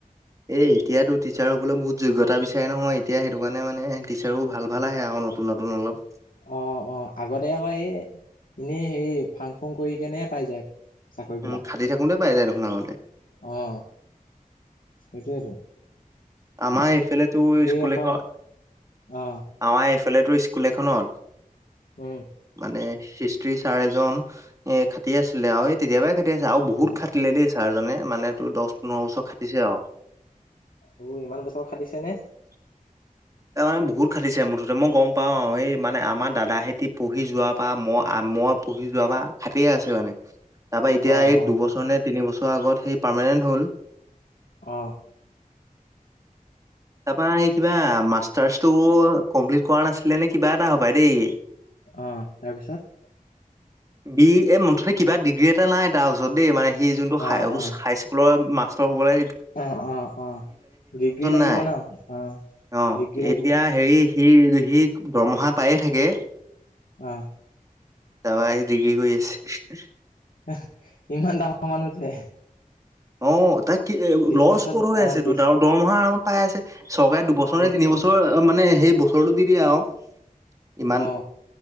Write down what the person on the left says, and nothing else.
অ অ আগতে আমাৰ এই এনেই হেৰি ফাং ফুং কৰি কেনে পাই যায় চাকৰিবিলাক
অ সেইটোৱেত
আকৌ
অ
উম
অ
অও ইমান বছৰ খাটিছে নে
অ
অ
অ
অ তাৰপিছত
অ অ
অ অ অ ডিগ্ৰী লাগিব
ন অ
ডিগ্ৰী লাগিব
অ
আ ইমান ডাঙৰ মানুহ যে
ডিচটেঞ্চত
অ
ডিচ
সেইটোৱেতো
অ